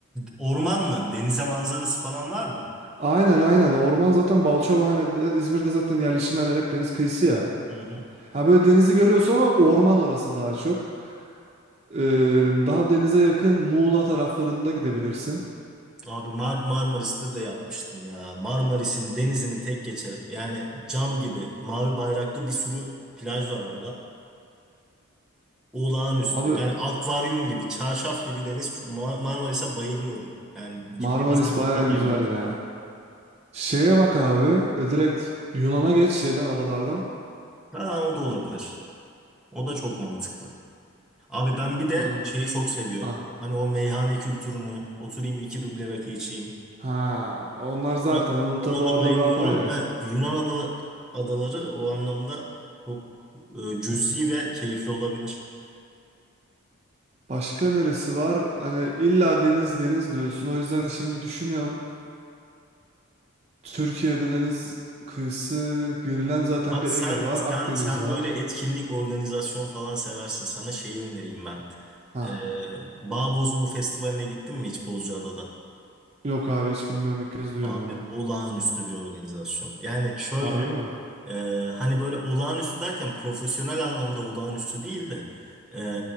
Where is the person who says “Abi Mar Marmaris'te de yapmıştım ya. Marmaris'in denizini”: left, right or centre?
Centre